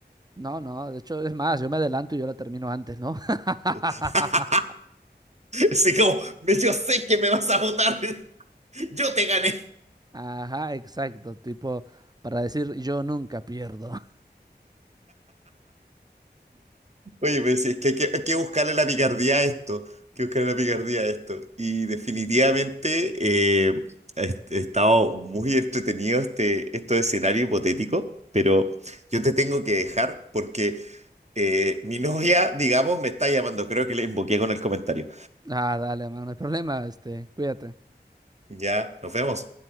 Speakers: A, on the right; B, on the right.
A: no, no, de hecho es más, yo me adelanto y yo la termino antes, ¿no? <laughs>
B: <laughs> Así como, me- yo sé que me vas a votar. <laughs> Yo te gané.
A: Ajá, exacto, tipo, para decir yo nunca pierdo. <laughs>
B: Oye, me decía, es que hay que, hay que buscarle la picardía a esto. Hay que buscarle la picardía a esto. Y definitivamente eh, he, he estado muy entretenido este, estos escenarios hipotéticos. Pero yo te tengo que dejar porque eh, mi novia, digamos, me está llamando. Creo que le invoqué con el comentario.
A: Ah, dale, man, no hay problema, este, cuídate.
B: Ya, nos vemos.